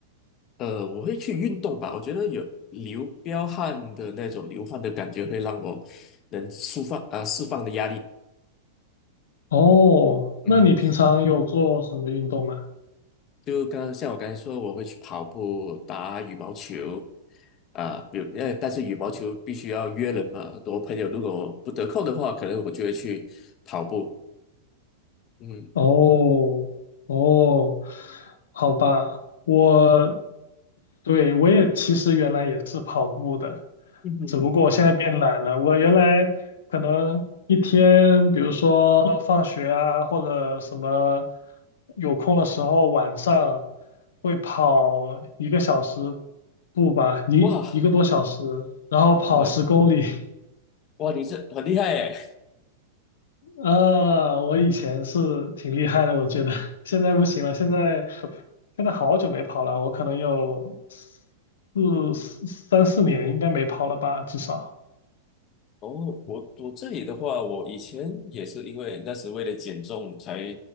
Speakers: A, on the left; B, on the left.
A: 呃，我会去运动吧，我觉得有流彪汗的那种流汗的感觉会让我能释放啊、释放的压力。
B: 哦，
A: 嗯。
B: 那你平常有做什么运动吗？
A: 就刚刚像我刚才说，我会去跑步、打羽毛球，啊，比如呃，但是羽毛球必须要约人嘛。我朋友如果不得空的话，可能我就会去跑步。嗯，
B: 哦哦，好吧，我对我也其实原来也是跑步的，
A: 嗯哼哼
B: 只不过我现在变懒了。我原来可能一天，比如说放学啊，或者什么有空的时候，晚上会跑一个小时步吧，一一个多小时，
A: 哇
B: 然后跑十公里。
A: 哇
B: <laughs>
A: 哇，你这很厉害诶
B: 啊，我以前是挺厉害的，我觉得现在不行了，现在。现在好久没跑了，我可能有四四三四年应该没跑了吧，至少。
A: 哦，我我这里的话，我以前也是因为那时为了减重才